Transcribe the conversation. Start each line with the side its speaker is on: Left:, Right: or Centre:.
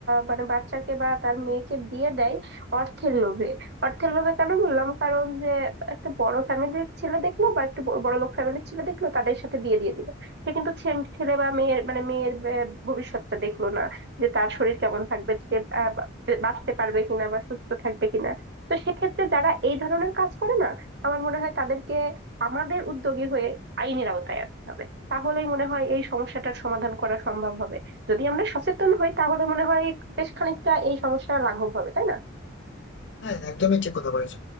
Right: মানে বাচ্চাকে বা তার মেয়েকে বিয়ে দেয় অর্থের লোভে অর্থের লোভে কেন বললাম কারণ যে একটা বড় ফ্যামিলির ছেলে দেখলো বা একটু বড় লোক ফ্যামিলির ছেলে দেখলো তাদের সাথে বিয়ে দিয়ে দিল সে কিন্তু ছে- ছেলে বা মেয়ের মানে মেয়ের বে- ভবিষ্যৎটা দেখলো না যে তার শরীর কেমন থাকবে সে আহ, বা- বাঁচতে পারবে কিনা বা সুস্থ থাকবে কিনা তো সেক্ষেত্রে যারা এই ধরনের কাজ করে না আমার মনে হয় তাদেরকে আমাদের উদ্যোগী হয়ে আইনের আওতায় আনতে হবে তাহলেই মনে হয় এই সমস্যাটার সমাধান করা সম্ভব হবে যদি আমরা সচেতন হই তাহলে মনে হয় বেশ খানিকটা এই সমস্যা লাঘব হবে তাই না
Left: হ্যাঁ একদমই ঠিক কথা বলেছো